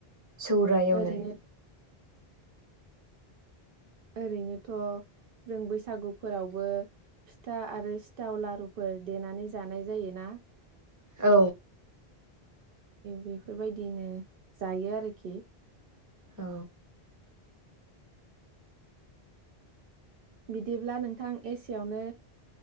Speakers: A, on the right; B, on the right.
A: सौराय एवनाय
B: ओरैनो ओरैनोथ' जों बैसागुफोरावबो फिथा आरो सिथाव लारुफोर देनानै जानाय जायोना।
A: औ।
B: बेफोरबायदिनो जायो आरोखि।
A: औ।
B: बिदिब्ला नोंथां एसेयावनो